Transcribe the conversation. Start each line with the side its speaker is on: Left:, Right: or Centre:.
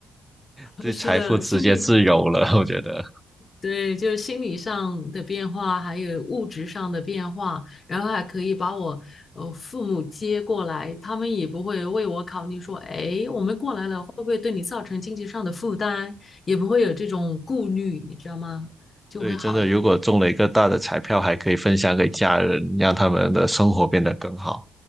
Left: <laughs>
Centre: 对财富直接自由了，
Left: 是的，心理
Centre: 我觉得。
Left: 对，就是心理上的变化，还有物质上的变化，然后还可以把我呃父母接过来，他们也不会为我考虑说，哎，我们过来了会不会对你造成经济上的负担，也不会有这种顾虑，你知道吗？就会好一点。
Centre: 对，真的，如果中了一个大的彩票，还可以分享给家人，让他们的生活变得更好。